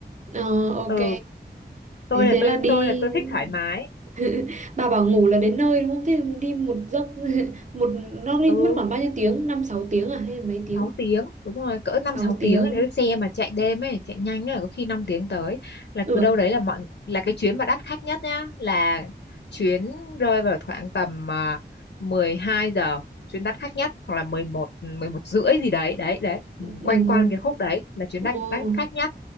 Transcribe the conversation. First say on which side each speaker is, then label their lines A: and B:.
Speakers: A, on the right (about 40°); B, on the left (about 70°).
A: ờ, ok.
B: ừ tôi
A: Thế
B: là
A: thế
B: tôi
A: là đi
B: tôi là tôi thích thoải mái
A: <laughs> bà bảo ngủ là đến nơi đúng không? Thế đi một giấc <laughs> một nó đi
B: ừ
A: mất khoảng bao nhiêu tiếng? năm sáu tiếng à hay là mấy tiếng?
B: 6 tiếng đúng rồi cỡ năm
A: sáu
B: sáu
A: tiếng.
B: tiếng nếu xe mà chạy đêm ấy chạy nhanh ấy có khi 5 tiếng tới là
A: Ừ.
B: cứ đâu đấy là mọi là cái chuyến mà đắt khách nhất nhá là chuyến rơi vào khoảng tầm uh, mười hai giờ chuyến đắt khách nhất hoặc là mười một mười một rưỡi gì đấy đấy đấy Ừ,
A: mười
B: quanh
A: một
B: quanh cái khúc đấy là chuyến
A: Ồ,
B: đắt đắt khách nhất